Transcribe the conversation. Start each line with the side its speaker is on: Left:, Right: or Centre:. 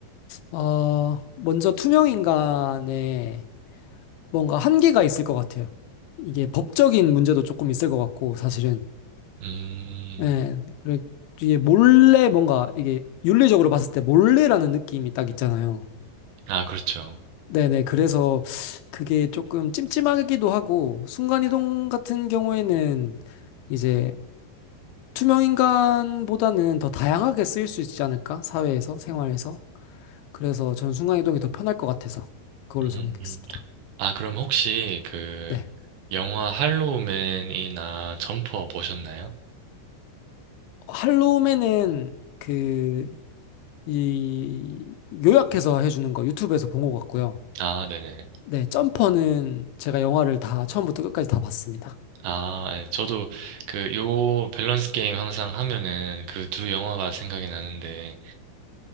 Left: 어, 먼저 투명인간에 뭔가 한계가 있을 것 같아요. 이게 법적인 문제도 조금 있을 것 같고, 사실은.
Right: 음,
Left: 예, 그리고 이게 몰래 뭔가 이게 윤리적으로 봤을 때 몰래라는 느낌이 딱 있잖아요.
Right: 아, 그렇죠.
Left: 네네. 그래서 그게 조금 찜찜하기도 하고, 순간이동 같은 경우에는 이제 투명인간보다는 더 다양하게 쓰일 수 있지 않을까? 사회에서, 생활에서. 그래서 저는 순간이동이 더 편할 것 같아서 그걸로
Right: 음.
Left: 정했겠습니다.
Right: 아, 그럼 혹시 그
Left: 네.
Right: 영화 할로우맨이나 점퍼 보셨나요?
Left: 할로우맨은 그, 이, 요약해서 해주는 거 유튜브에서 본 것 같고요.
Right: 아, 네네.
Left: 네. 점퍼는 제가 영화를 다 처음부터 끝까지 다 봤습니다.
Right: 아, 예, 저도 그 요 밸런스 게임 항상 하면은 그 두 영화가 생각이 나는데